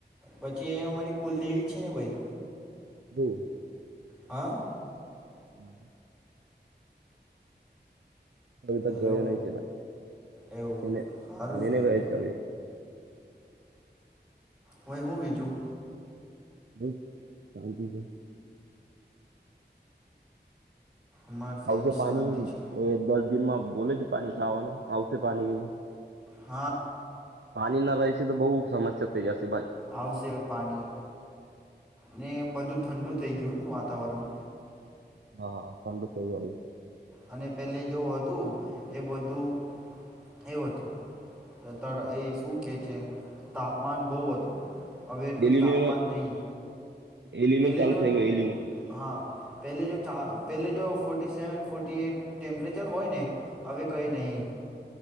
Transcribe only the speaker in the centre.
પછી એ અમારી કુલદેવી પછીને બઈ
હા
હેલો
એવું
સારું
છે એ
બી
ભાઈ હું બીજું
અમારે તો
એવી
શાંતિ છે
હા
આવશે પાણી ને બધું ઠંડુ થઈ ગયું ને વાત વાતાવરણ
અને પેલી જેવુ હતું એ બધું એ હતું એ શું કે છે તાપમાન બહુ હતું હવે એટલું
તાપમાન નહી
પેલે
જો
હા પેલે જો ચા પેલે જો. Forty seven forty eight temperature હોય ને હવે કંઈ
નહીં